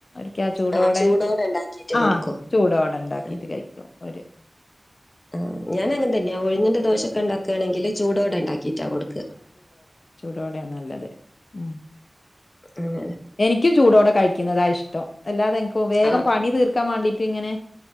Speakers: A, on the left; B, on the left.
A: ക്ക ചൂടോടെ?
B: ആഹ് ഉണ്ടാക്കിയിട്ട്
A: ആ
B: കൊടുക്കും.
A: ചൂടോടെ ഉണ്ടാക്കീട്ട്
B: ഉം.
A: കഴിക്കും ഓരു
B: ആഹ് ഞാനും അങ്ങനെ തന്നെയാ ഉഴുന്നിന്റെ ദോശൊക്കെ ഉണ്ടാക്കയാണെങ്കില് ചൂടോടെ ഉണ്ടാക്കിട്ടാ കൊടുക്ക.
A: ടോടെയ നല്ലത് മം.
B: അങ്ങനെ.
A: എനിക്കും ചൂടോടെ കഴിക്കുന്നതാ ഇഷ്ടം അല്ലാതെ എനിക്ക വേഗം
B: ആഹ്
A: പണി തീർക്കാൻ വാണ്ടീട്ട് ഇങ്ങനെ